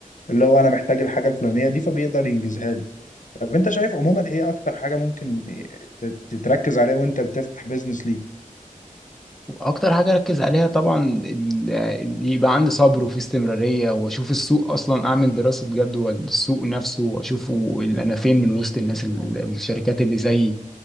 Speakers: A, on the left; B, in the centre.
A: اللي هو انا محتاج الحاجه الفلانيه دي فبيقدر ينجزها لي طب انت شايف عموما ايه اكتر حاجه ممكن تتركز عليها وانت بتفتح بيزنس
B: واكتر حاجه اركز عليها طبعا ال- ال- يبقى عندي صبر وفي استمراريه واشوف السوق اصلا اعمل دراسه جدوى السوق نفسه واشوفه ال- انا فين من وسط الناس ال- الشركات اللي زيي